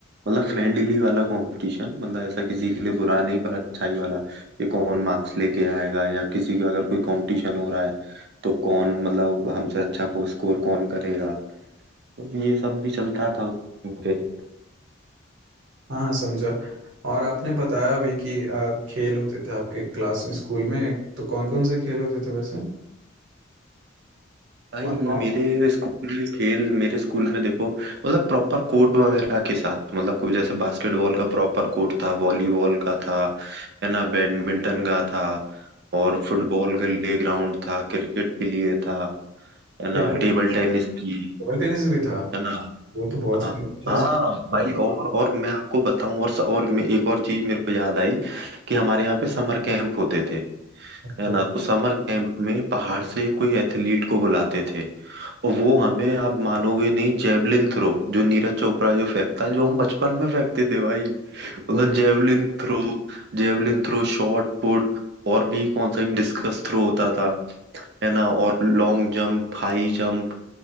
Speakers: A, on the right; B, on the right.
A: मतलब फ्रेंडली वाला कंपटीशन मतलब ऐसा किसी के लिए बुरा नहीं पर अच्छा ही वाला ये कौन मार्क्स लेके आएगा या किसी का अगर कोई कंपटीशन हो रहा है तो कौन मतलब हमसे अच्छा को स्कोर कौन करेगा तो ये सब भी चलता था उस time पे
B: हाँ हाँ, समझा और आपने बताया भी कि आ, खेल होते थे आपके क्लास स्कूल में तो कौन कौन से खेल होते थे वैसे
A: भाई
B: और कौन
A: मेरे स्कूल में खेल मेरे स्कूल में देखो मतलब प्रॉपर कोर्ट वगैरह के साथ मतलब कोई जैसे बास्केटबॉल का प्रॉपर कोर्ट था वॉलीबॉल का था है ना बैडमिंटन का था और फुटबॉल के लिए ग्राउंड था क्रिकेट के लिए था है
B: टेबल
A: ना टेबल टेनिस थी
B: टेबल टेनिस भी था
A: है ना
B: वो तो बहुत
A: हाँ
B: फिर अच्छा
A: हाँ
B: स्कूल
A: भाई
B: था।
A: और और मैं आपको बताऊं और और मैं, एक और चीज मेरे को याद आई कि हमारे यहाँ पे समर कैंप होते थे
B: अच्छा
A: है ना तो समर कैंप में बाहर से कोई एथलीट को बुलाते थे और वो हमें आप मानोगे नहीं जेवलिन थ्रो जो नीरज चोपड़ा जो फेंकता है जो हम बचपन में फेंकते थे भाई मतलब
B: वो
A: javelin throw javelin throw shot put और भी कौन सा डिस्कस थ्रो होता था है ना और लॉन्ग जंप हाई जंप